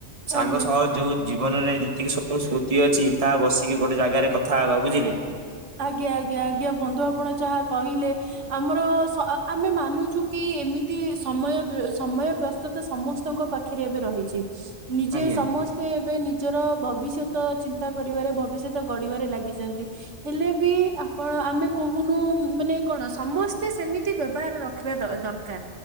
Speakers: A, on the right (about 30°); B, on the right (about 85°).
A: ସାଙ୍ଗ
B: ଆଜ୍ଞା
A: ସହ ଯୋଉ ଜୀବନରେ ଯେତିକି ସବୁ ସ୍ମୃତି ଅଛି ତାହା ବସିକି ଗୋଟେ ଜାଗାରେ କଥା ହବା। ବୁଝିଲେ
B: ଆଜ୍ଞା-ଆଜ୍ଞା-ଆଜ୍ଞା ବନ୍ଧୁ ଆପଣ ଯାହା କହିଲେ ଆମର ସ ଆମେ ମାନୁଛୁ କି ଏମିତି ସମୟ ସମୟ ବ୍ୟ ସମସ୍ତଙ୍କ ପାଖରେ ଏବେ ରହିଛି ନିଜେ
A: ଆଜ୍ଞା
B: ସମ ତ ଏବେ ନିଜର ଭବିଷ୍ୟତ ଚିନ୍ତା କରିବାରେ ଭବିଷ୍ୟତ ଗଢିବାରେ ଲାଗିଛନ୍ତି। ହେଲେ ବି ଆପଣ ଆମେ କହୁନୁ ମାନେ କଣ ସମସ୍ତେ ସେମିତି ବ୍ୟବହାର ର ରଖିବା ଦରକାର,